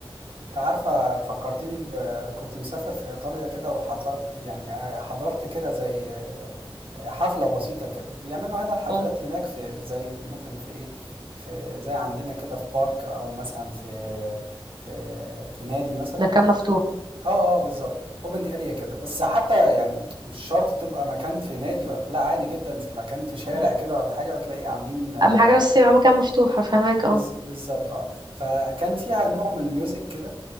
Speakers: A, on the right; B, on the right.
A: أنت عارفة فكرتيني ب... كنت مسافر في إيطاليا كده وحضرت يعني حضرت كده زي آه، آه، حفلة بسيطة كده بيعملوا هنا الحفلات
B: مم.
A: هناك في زي ممكن في إيه في زي عندنا كده في بارك أو مثلا في في في نادي مثلا
B: مكان مفتوح
A: اه اه بالظبط اوبن اريا كده بس حتى يعني مش شرط تبقى مكان في نادي ولا لا عادي جدا في مكان في شارع
B: مم.
A: كده ولا حاجه وتلاقي عاملين آه،
B: اهم حاجه بس يبقى مكان مفتوح فاهمك
A: بز-
B: اه
A: بالظبط اه فكان فيها نوع من الميوزك كده